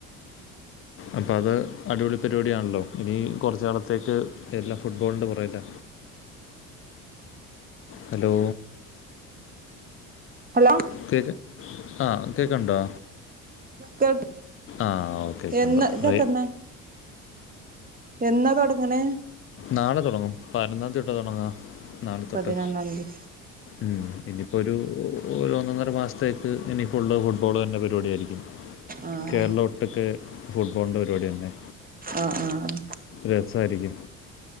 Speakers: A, on the left; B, on the right.
A: അപ്പ അത് അടിപൊളി പരിപാടിയാണല്ലോ ഇനി കൊറച്ച് ന്നാളത്തേക്ക് എല്ലാം ഫുട്ബോൾ ന്റെ പൊറകില. ഹലോ
B: ഹലോ
A: കേക്ക് ആഹ്‌ കേക്ക്‌ണ്ടോ?
B: കേൾ
A: ആഹ്‌ ഓക്കെ കണ്ടു
B: എന്ന് ഇതെത്രണ്ണാ
A: റൈ
B: എന്നാ തൊടങ്ങ്ണ്.
A: നാളെ തൊടങ്ങും പയ്നൊന്നാന്തി തൊട്ടാ തൊടങ്ങാ. നാളെ തൊട്ട്
B: പതിനൊന്നാംതി
A: ഉം ഇനിപ്പൊരു ഒരൊന്നൊന്നര മാസത്തേ ഇനി ഫുള്ള് ഫുട്ബോൾ വെര്ണ പരിപാടിയായിരിക്കും
B: ആഹ്
A: കേരള ഒ- ട്ട്ക്ക്‌ ഫുട്ബോളിൻ്റെ പരിപാടിയെനെ.
B: അ ആഹ്‌
A: രസായിരിക്കും.